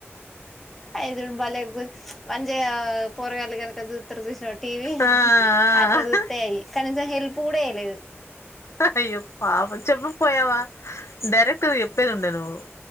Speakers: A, in the centre; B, on the left.
A: ఐదుగురు బాలేగు మంజిగా పొరగాళ్ళు గనక జూత్తరు చూసినవ టీ వి టీ వీ
B: ఆ
A: అట్ల చూత్తఅయి కనీసం హెల్ప్ కూడ చేయలేదు
B: అయ్యో పాపం చెప్పకపోయావా డైరెక్ట్ చెప్పేదుండె నువ్వు